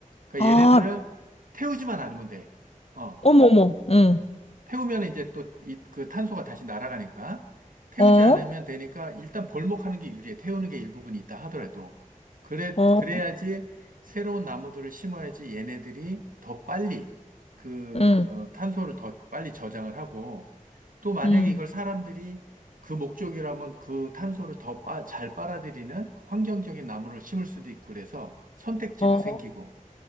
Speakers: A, on the right; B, on the left.
A: 그러니까
B: 아,
A: 얘네들을 태우지만 않으면 돼. 어.
B: 어머머, 응.
A: 태우면 이제 또 그 탄소가 다시 날아가니까 태우지
B: 어?
A: 않으면 되니까 일단 벌목하는 게 유리해. 태우는 게 일부분이 있다 하더라도. 그래,
B: 어,
A: 그래야지 새로운 나무들을 심어야지 얘네들이 더 빨리 그
B: 응,
A: 어, 탄소를 더 빨리 저장을 하고 또 만약에
B: 응.
A: 이걸 사람들이 그 목적이라면 그 탄소를 더 빠, 잘 빨아들이는 환경적인 나무를 심을 수도 있고 그래서 선택지도
B: 어.
A: 생기고.